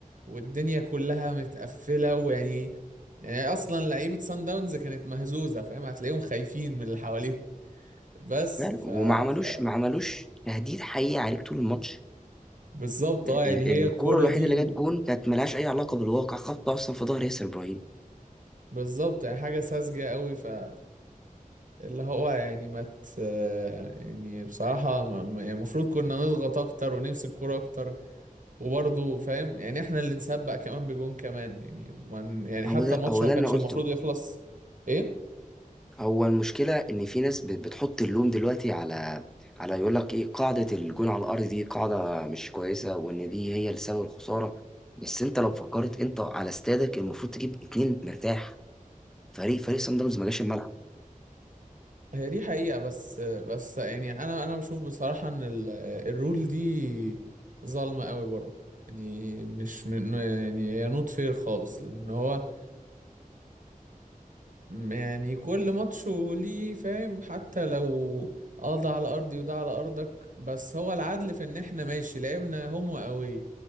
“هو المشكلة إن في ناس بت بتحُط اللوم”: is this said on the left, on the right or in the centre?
Centre